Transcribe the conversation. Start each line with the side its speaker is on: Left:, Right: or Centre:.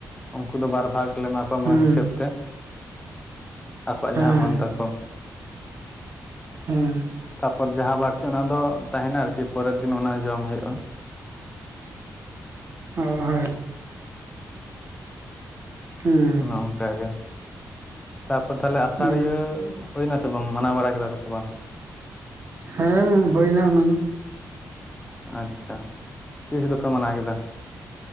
Left: ᱩᱱᱠᱩ ᱫᱚ ᱵᱟᱨ ᱵᱷᱟᱜᱽ ᱞᱮ ᱮᱢᱟ ᱠᱚᱣᱟ
Right: ᱦᱩᱸ
Left: ᱢᱟᱹᱱ ᱦᱤᱥᱟᱹᱵ ᱛᱮ ᱟᱠᱚᱣᱟᱜ
Right: ᱦᱮᱸ
Left: ᱡᱟᱦᱟᱸ ᱢᱟᱹᱱ ᱛᱟᱠᱚ
Right: ᱦᱮᱸᱻ
Left: ᱛᱟᱯᱚᱨ ᱡᱟᱦᱟᱸ ᱵᱟᱹᱲᱛᱤ ᱚᱱᱟ ᱫᱚ ᱛᱟᱦᱮᱱᱟ ᱟᱨᱠᱤ ᱯᱚᱨᱮᱨ ᱫᱤᱱ ᱚᱱᱟ ᱡᱚᱢ ᱦᱩᱭᱩᱜᱼᱟ᱾
Right: ᱚ ᱦᱚᱭ ᱦᱮᱸ
Left: ᱚᱱᱮ ᱚᱱᱠᱟ ᱜᱮ ᱛᱟᱯᱚᱨ ᱛᱟᱦᱞᱮ ᱟᱥᱟᱲᱤᱭᱟᱹ
Right: ᱦᱮᱸ
Left: ᱦᱩᱭᱱᱟᱥᱮ ᱵᱟᱝ ᱢᱟᱱᱟᱣ ᱵᱟᱲᱟ ᱠᱮᱫᱟ ᱯᱮ ᱥᱮ ᱵᱟᱝ?
Right: ᱦᱮᱸᱢ ᱦᱩᱭᱱᱟ ᱚᱱᱟ ᱫᱚ
Left: ᱟᱪᱷᱟ ᱛᱤᱥ ᱫᱚᱯᱮ ᱢᱟᱱᱟᱣ ᱠᱮᱫᱟ?